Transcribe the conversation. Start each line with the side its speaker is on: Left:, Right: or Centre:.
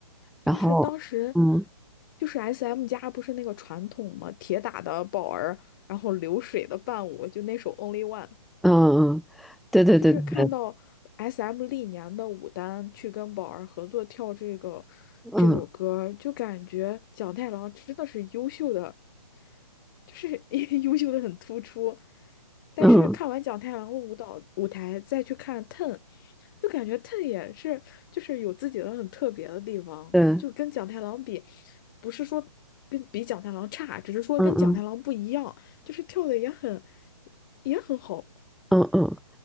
Left: 就是当时
Centre: 然后，嗯
Left: 就是 SM 家不是那个传统嘛，铁打的宝儿，然后流水的伴舞，就那首 Only One。
Centre: 嗯嗯，对对对对对，
Left: 就是看到 SM 历年的舞担去跟宝儿合作跳这个
Centre: 嗯
Left: 这首歌，就感觉蒋太郎真的是优秀的，就是 <laughs> 优秀的很突出。但是看完蒋太郎的舞蹈舞台，
Centre: 嗯
Left: 再去看 TEN，就感觉 TEN 也是就是有自己的很特别的地方，
Centre: 对，
Left: 就跟蒋太郎比，不是说跟比蒋太郎差，只是说跟蒋太郎不一样，
Centre: 嗯嗯
Left: 就是跳的也很也很好。
Centre: 嗯嗯，